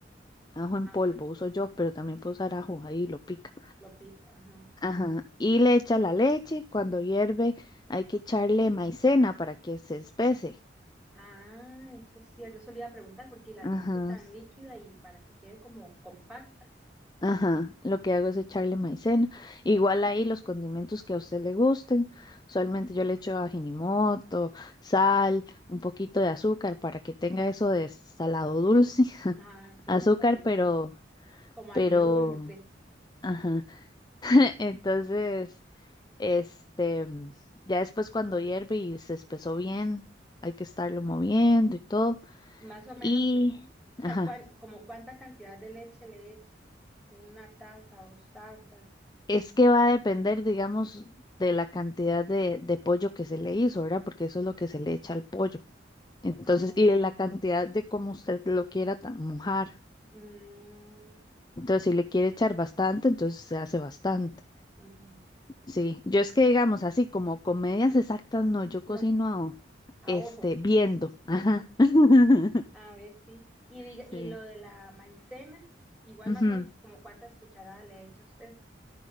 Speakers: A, on the left (about 20°); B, in the centre.
A: <laughs> ajo en
B: Ajá,
A: polvo uso yo, pero también puedo usar ajo ahí, lo pica.
B: lo pico, ajá.
A: Ajá. Y le echa la leche. Cuando hierve, hay que echarle maicena para que se espese.
B: Ah, eso es cierto, eso le iba a preguntar, porque la
A: Ajá.
B: leche tan líquida y para que quede como compacta.
A: Ajá, lo que hago es echarle maicena. Igual ahí los condimentos que a usted le gusten. Usualmente yo le echo ajinimoto, sal, un poquito de azúcar para que tenga eso de salado dulce. <laughs>
B: Ah, sí,
A: Azúcar,
B: me parece
A: pero,
B: como agridulce.
A: pero, ajá. <laughs> Entonces, este, ya después cuando hierve y se espesó bien, hay que estarlo moviendo y todo.
B: Más o menos,
A: Y,
B: o
A: ajá.
B: sea, cuán- como cuánta cantidad de leche le echa. Una taza, dos tazas.
A: Es que va a depender, digamos, de la cantidad de, de pollo que se le hizo, ¿verdad? Porque eso es lo que se
B: Ujú.
A: le echa al pollo. Entonces,
B: Ah, ok.
A: y de la cantidad de cómo usted lo quiera ta- mojar.
B: Mm,
A: Entonces, si le quiere echar bastante, entonces se hace bastante.
B: ujú.
A: Sí, yo es que, digamos, así como comedias exactas, no, yo
B: No,
A: cocino,
B: a
A: este,
B: ojo.
A: viendo. Ajá. <laughs>
B: A ver, sí. Y diga,
A: Sí.
B: y lo de la maicena, igual
A: Ujú.
B: más o menos como cuántas cucharadas le echa usted,